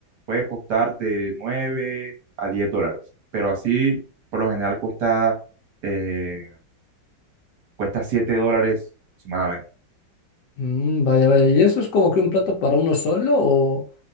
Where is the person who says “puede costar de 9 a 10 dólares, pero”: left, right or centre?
Right